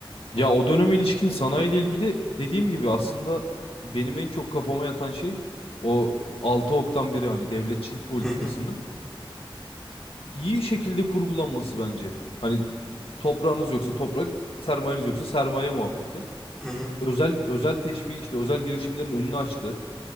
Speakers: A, on the left; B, in the centre.
A: Ya o döneme ilişkin sanayiyle ilgili dediğim gibi aslında benim en çok kafama yatan şey o 6 oktan biri hani devletçilik politikasının
B: Hı hı,
A: iyi şekilde kurgulanması bence. Hani toprağınız yoksa toprak, sermayeniz yoksa sermaye muhabbeti.
B: hı hı,
A: Özel özel teşvik işte özel girişimlerin önünü açtı.